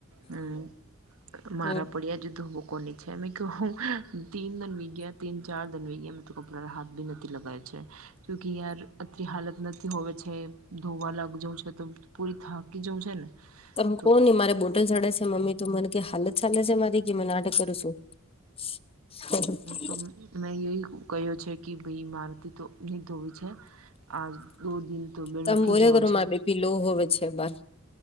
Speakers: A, on the right; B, on the left.
A: હમ મારા
B: હમ
A: પડીયા જો ધોવું કોને. જે મૈં ક્યુ તીન દન બી ગયા તિન ચાર. વે ગયા કપડા હાથ ભી નથી લગાયા છે ક્યુકી કે યાર અતરી હાલત નથી હોવે છે. ધોવા લાગ જવું છે તો પૂરી થાકી જવુ છે ને.
B: તમ
A: તો
B: કો ની મારે બોટલ ચડે છે મમ્મી તો મને કે હાલત ચાલે છે મારી કે મે નાટક કરું છું. <inaudible>
A: તો મેં યુ એ કહ્યો છે કે ભાઈ મારથી તો નહીં ધોવી છે. આજ દો દિન તો બે
B: તમે
A: રૂકી
B: બોલ્યા
A: જાઓ છે.
B: <inaudible> હોવે છે બાહર.